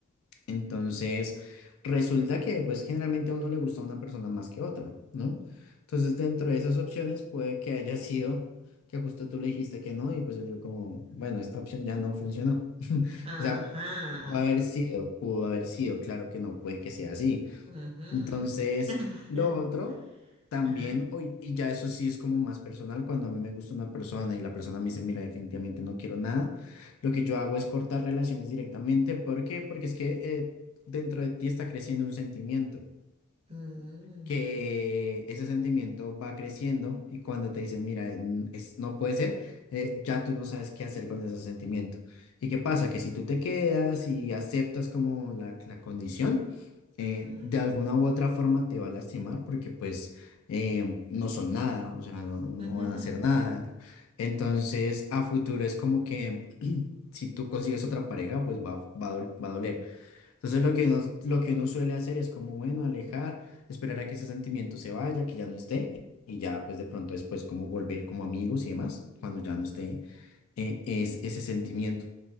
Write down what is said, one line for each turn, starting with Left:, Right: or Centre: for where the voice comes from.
Left: Entonces, resulta que pues generalmente a uno le gusta una persona más que otra, ¿no? Entonces, dentro de esas opciones puede que haya <laughs> sido que justo tú le dijiste que no y pues yo digo como, bueno, esta opción ya no funcionó. <laughs>
Right: Ajá.
Left: O sea, pudo haber sido, pudo haber sido, claro que no puede que sea así.
Right: Ajá.
Left: Entonces,
Right: <laughs>
Left: lo otro también,
Right: Ajá.
Left: hoy, y ya eso sí es como más personal, cuando a mí me gusta una persona y la persona me dice, mira, definitivamente no quiero nada, lo que yo hago es cortar relaciones directamente. ¿Por qué? Porque es que eh, dentro de ti está creciendo un sentimiento
Right: Mm,
Left: que ese sentimiento va creciendo y cuando te dicen, mira, n- es, no puede ser, eh, ya tú no sabes qué hacer con ese sentimiento. ¿Y qué pasa? Que si tú te quedas y aceptas como la, la condición,
Right: ujú,
Left: eh, de alguna u otra forma te va a lastimar porque pues eh, no son nada, o sea, no, no
Right: ujú.
Left: van a hacer nada. Entonces, a futuro es como que si tú consigues otra pareja, pues va, va a dol- va a doler. Entonces lo que uno, lo que uno suele hacer es como, bueno, alejar, esperar a que ese sentimiento se vaya, que ya no esté, y ya pues de pronto después como volver como amigos y demás, cuando ya no esté eh, es ese sentimiento.